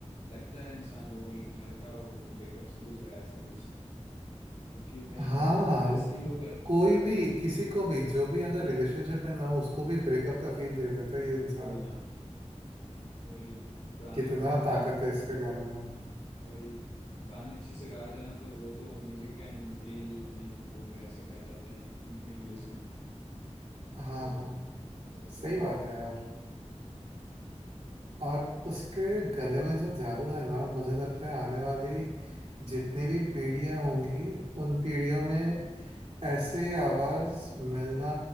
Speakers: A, on the left (about 75°); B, on the right (about 65°).
A: लगता है इंसान वो लड़का ब्रेकअप से गुजरा है ऐसा कुछ क्योंकि वही
B: हाँ
A: ऐसे ही लोग हैं,
B: कोई
A: मतलब कि
B: भी किसी को भी जो भी अगर रिलेशनशिप में ना हो उसको भी ब्रेकअप का फील दे देता है ये इंसान
A: वही ना वही पुराने
B: कितना
A: मतलब गाने
B: ताकत है इसके गाने में
A: वही गाने अच्छे से गाया जाए ना तो वो तो music can heal any wound ऐसे कहा जाता है इंग्लिश में
B: हाँ
A: तो
B: हाँ
A: तो
B: सही
A: वही
B: बात
A: है
B: है यार और उसके गले में जो जादू है ना मुझे लगता है आने वाली जितनी भी पीढ़ियां होंगी उन पीढ़ियों में ऐसे आवाज मिलना